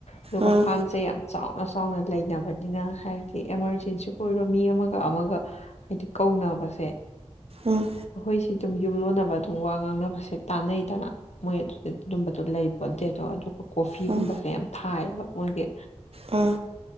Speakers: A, on the left (about 70°); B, on the right (about 55°).
A: ꯑꯗꯨꯒ
B: ꯎꯝ
A: ꯐꯥꯔꯝꯁꯦ ꯌꯥꯝ ꯆꯥꯎꯅ ꯆꯥꯎꯅ ꯂꯩꯅꯕꯅꯤꯅ ꯍꯥꯏꯕꯗꯤ ꯑꯦꯃꯥꯔꯖꯦꯟꯁꯤꯕꯨ ꯑꯣꯏꯔꯣ ꯃꯤ ꯑꯃ ꯑꯃꯒ ꯑꯃꯒ ꯍꯥꯏꯗꯤ ꯀꯧꯅꯕꯁꯦ
B: ꯎꯝ ꯎꯝ
A: ꯑꯩꯈꯣꯏꯁꯤ ꯑꯗꯨꯝ ꯌꯨꯝꯂꯣꯟꯅꯕ ꯑꯗꯨꯝ ꯋꯥ ꯉꯥꯡꯅꯕꯁꯦ ꯇꯥꯟꯅꯩꯗꯅ ꯃꯣꯏ ꯑꯗꯨꯗ ꯑꯗꯨꯝꯕꯗꯣ ꯂꯩꯕꯣꯟꯗꯦ ꯑꯗꯣ ꯑꯗꯨꯒ ꯀꯣꯐꯤꯒꯨꯝꯕꯁꯦ
B: ꯎꯝ
A: ꯌꯥꯝ ꯊꯥꯏꯌꯦꯕ ꯃꯣꯏꯒꯤ
B: ꯎꯝ